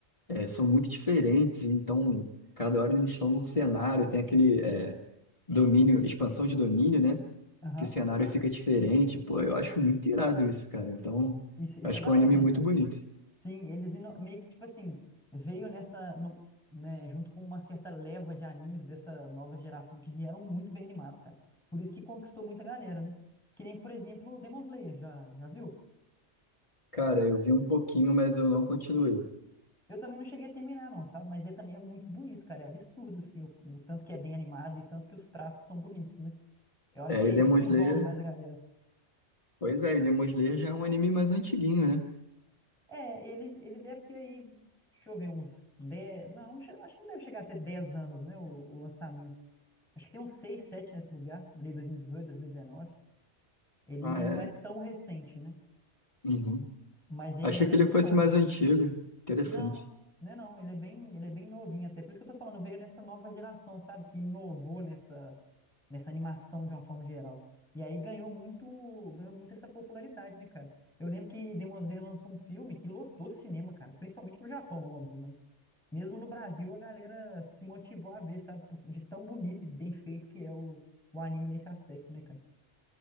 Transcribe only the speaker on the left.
é, são muito diferentes, então, cada hora eles estão num cenário, tem aquele é, domínio, expansão de domínio, né?
Que o cenário fica diferente. Pô, eu acho muito irado isso, cara. Então,
eu acho
que é
um anime
muito
bonito.
Cara, eu vi um pouquinho, mas eu não continuei.
É,
e
Demon
Slayer.
Pois é, e Demon Slayer já é um anime mais antiguinho, né?
Ah, é?
Uhum.
Achei que
ele fosse
mais
antigo. Interessante.